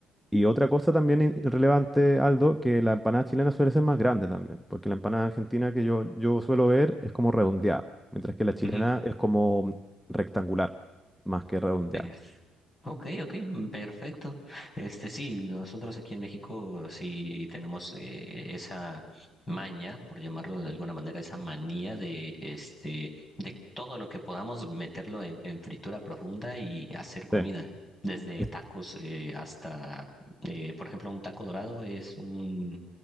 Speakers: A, in the centre; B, on the left (about 25°).
A: y otra cosa también in- relevante, Aldo, que la empanada chilena suele ser más grande también, porque la empanada argentina que yo, yo suelo ver es como redondeada, mientras que la chilena
B: Ujú.
A: es como rectangular, más que redondeada.
B: Sí. Ok, ok, perfecto. Este sí, nosotros aquí en México sí tenemos eh, esa maña, por llamarlo de alguna manera, esa manía de este de todo lo que podamos meterlo en, en fritura profunda y hacer comida,
A: Sí,
B: desde
A: es-
B: tacos eh, hasta, eh, por ejemplo, un taco dorado es un